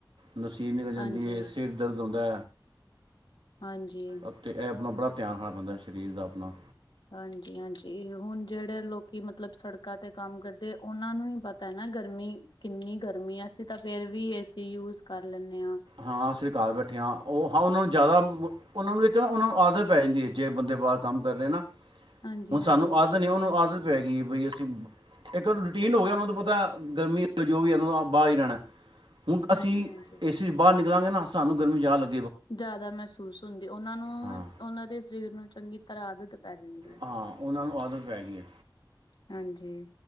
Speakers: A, on the right; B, on the left.
A: ਨਸੀਰ ਨਿਕਲ ਜਾਂਦੀ
B: ਹਾਂਜੀ
A: ਐ ਸਿਰ ਦਰਦ ਹੁੰਦਾ।
B: ਹਾਂਜੀ
A: ਅਤੇ ਐ ਆਪਣਾ ਬੜਾ ਧਿਆਨ ਰੱਖਣਾ ਪੈਂਦਾ ਸ਼ਰੀਰ ਦਾ ਅਪਨਾ।
B: ਹਾਂਜੀ-ਹਾਂਜੀ ਹੁਣ ਜੇੜੇ ਲੋਕੀ ਮਤਲਬ ਸੜਕਾਂ ਤੇ ਕੰਮ ਕਰਦੇ ਉਨਾਂ ਨੂੰ ਈ ਪਤਾ ਨਾ ਗਰਮੀ, ਕਿੰਨੀ ਗਰਮੀ ਅਸੀਂ ਤਾਂ ਫੇਰ ਵੀ ਏ ਸੀ ਯੂਜ ਕਰ ਲੈਨੇ ਆ।
A: ਹਾਂ ਅਸੀਂ ਤੇ ਘਰ ਬੈਠੇ ਆ ਉਹ ਹਾਂ ਉਨਾਂ ਨੂੰ ਜਾਦਾ ਉਨਾਂ ਨੂੰ ਇੱਕ ਤੇ ਉਨਾਂ ਨੂੰ ਆਦਤ ਪੈ ਜਾਂਦੀ ਏ ਜੇ ਬੰਦੇ ਬਾਰ ਕੰਮ ਰੇ ਨਾ
B: ਹਾਂਜੀ
A: ਹੁਣ
B: ਹਾਂਜੀ
A: ਸਾਨੂੰ ਆਦ ਤਾ ਨੀ ਉਨੂੰ ਆਦਤ ਪੈ ਗਈ ਏ ਬਈ ਅਸੀਂ ਇੱਕ ਉਹ ਰੂਟੀਨ ਹੋ ਗਿਆ ਉਹਨਾਂ ਨੂੰ ਪਤਾ ਗਰਮੀ ਏ ਜੋ ਵੀ ਉਨਾਂ ਨੇ ਆ ਬਾਰ ਈ ਰੈਣਾ। ਹੁਣ
B: ਹਾਂਜੀ
A: ਅਸੀਂ
B: ਹਾਂਜੀ
A: ਏ ਸੀ ਚ ਬਾਰ ਨਿਕਲਾਂਗੇ ਨਾ ਸਾਨੂੰ ਗਰਮੀ ਜਾ ਲੱ
B: ਜਾਦਾ ਮਹਿਸੂਸ ਹੁੰਦੀ ਉਨਾਂ ਨੂੰ
A: ਹਾਂ
B: ਉਨਾਂ ਦੇ ਸ਼ਰੀਰ ਨੂੰ ਚੰਗੀ ਤਰ੍ਹਾਂ ਆਦਤ ਪੈ ਜਾਂਦੀ।
A: ਹਾਂ ਉਨਾਂ ਨੂੰ ਆਦਤ ਪੈ ਗਈ ਐ।
B: ਹਾਂਜੀ